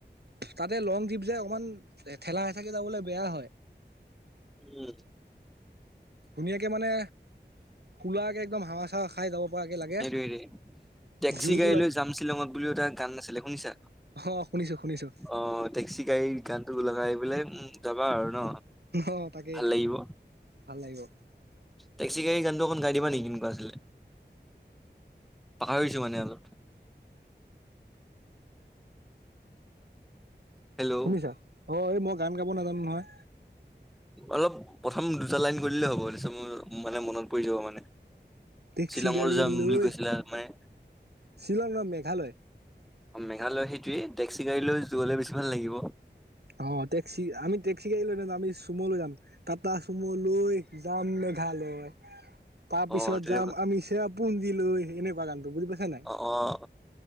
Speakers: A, on the right; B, in the centre.
A: তাতে লং ট্ৰিপ যে অকমান ঠেলা হেচাকে যাবলৈ বেয়া হয়।
B: উম।
A: ধুনীয়াকে মানে খোলাকে একদম হাৱা চাৱা খাই যাব পৰাকে লাগে
B: হেইটোৱে, টেক্সি
A: ভিউটো
B: গাড়ী
A: লাগে
B: লৈ জাম শ্বিলঙত বুলিও এটা গান নাছিলে শুনিছা?
A: অ শুনিছো শুনিছো
B: অ', টেক্সি গাড়ীৰ গান টো লগাই আহ পলে উ যাবা আৰু ন'।
A: অ তাকে
B: ভাল লাগিব।
A: ভাল লাগিব
B: টেস্কী গা়ড়ী গান অকণ গাই দিবাে নিকি কেনেকুৱা আছিলে। পাহৰিছো মানে অলপ। হেল্ল'
A: শুনিছা অ', এই মই গান গাব নাজানো নহয়।
B: অলপ প্ৰথম দুটা লাইন কৰি দিলেই হ'ব মানে মনত পৰি যাব মানে।
A: টেক্সি
B: শ্বিলঙৰ
A: গাড়ী
B: যাম
A: লৈ
B: বুলি কৈছিলে মানে।
A: শ্বিলং ন মেঘালয়।
B: মেঘালয় সেইটোৱে টেক্সি গাড়ী লৈ যোৱলে বেছি ভাল লাগিব।
A: অ', টেক্সি আমি টেক্সি গা়ড়ী লৈ নাযাওঁ আমি চুম লৈ যাম। টাটা চুম লৈ যাম মেঘালয়। তাৰ
B: অ'
A: পিছত
B: তেনেকুৱা
A: যাম আমি চেৰাপুঞ্জিলৈ এনেকুৱা গানটো বুজি পাইছা নাই
B: অ', অ',